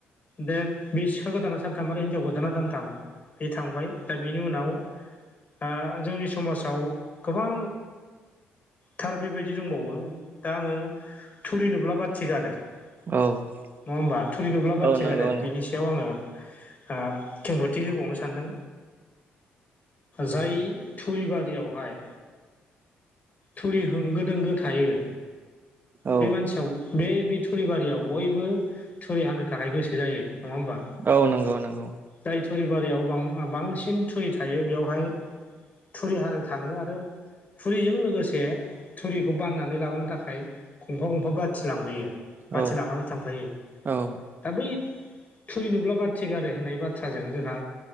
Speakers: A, on the left; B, on the right.
A: दा बे सिखा गोदाना सानथाम आरो हिनजाव गोदाना दानथाम बे थांबाय दा बेनि उनाव ओ जोंनि समाजाव गोबां थार बेबायदि दंबावो दा आङो थुरि नुब्लाबा थिगारो नङा
B: औ
A: होमबा थुरि नुब्ला बाथिगारो
B: औ नंगौ
A: बिनि सायाव आङो ओ खेंफोरथि होबावनो सानदों। जाय थुरिबारियावहाय थुरि होंगो दोंगो थायो
B: औ
A: बे मानसियाव बे बे थुरि बारियाव बयबो थुरि हानो थाखाय गोसो जायो नङा होमबा।
B: औ नंगौ नंगौ
A: जाय थुरि बारियाव बां-बांसिन थुरि थायो बेयावहाय थुरि हानो थाङो आरो थुरिजों लोगोसे थुरिखौ बाननानै लांनो थाखाय गंफा गंफा बाथि लांबोयो बाथि
B: औ
A: लानानै थांफायो।
B: औ
A: दा बै थुरि नुब्ला बाथि गारो होननाय बाथ्राजों जोंहा